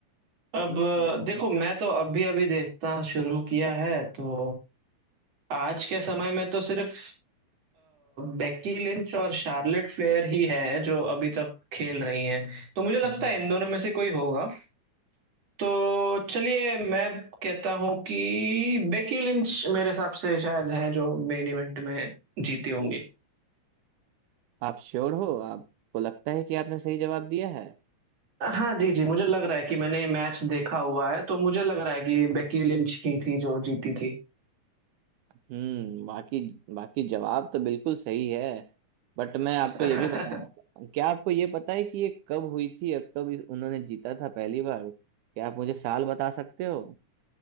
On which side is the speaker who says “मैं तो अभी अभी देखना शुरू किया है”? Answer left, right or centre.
Right